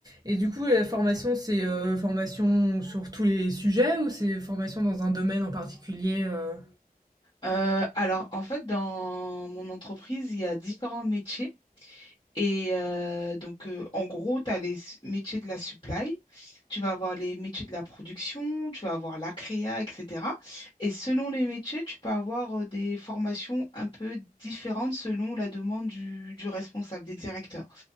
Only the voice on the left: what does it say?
Euh, alors, en fait, dans mon entreprise, il y a différents métiers. Et euh, donc, euh, en gros, tu as les s- métiers de la supply, tu vas avoir les métiers de la production, tu vas avoir la créa, etc. Et selon les métiers, tu peux avoir euh, des formations un peu différentes selon la demande du, du responsable, des directeurs.